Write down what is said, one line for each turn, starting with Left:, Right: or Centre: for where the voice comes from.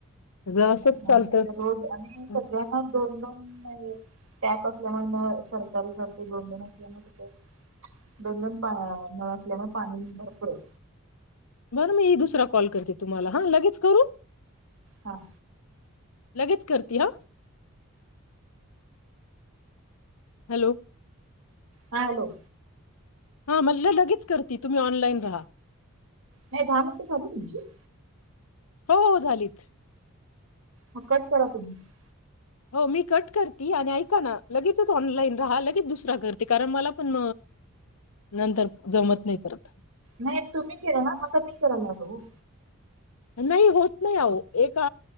Left: सगळं असंच
Right: नाही म्हच्या
Left: चालतं
Right: ते रोज आणि सगळ्यांना
Left: हं.
Right: दोन दोन टॅप असल्यामुळे म सरकारी घरते दोन दोन असल्यामुळे कस. दोन दोन पा नळ असल्यामुळे पाणी भरपूर आहे.
Left: बरं मी दुसरा कॉल करते तुम्हाला हा लगेच करू.
Right: हां.
Left: लगेच करते हा. हॅलो
Right: हा हॅलो.
Left: हा म्हट लगेच कर तुम्ही ऑनलाईन राहा.
Right: नाही धान तर खा तुमचे?
Left: हो हो झालीत.
Right: ह कट करा तुम्हीच?
Left: हो मी कट करते आणि ऐका ना लगेच ऑनलाईन राहा लगेच दुसरा करते कारण मला पण नंतर जमत नाही परत
Right: नाही तुम्ही केरा ना मता मी करा ला भाऊ
Left: नाही होत नाही अहो एका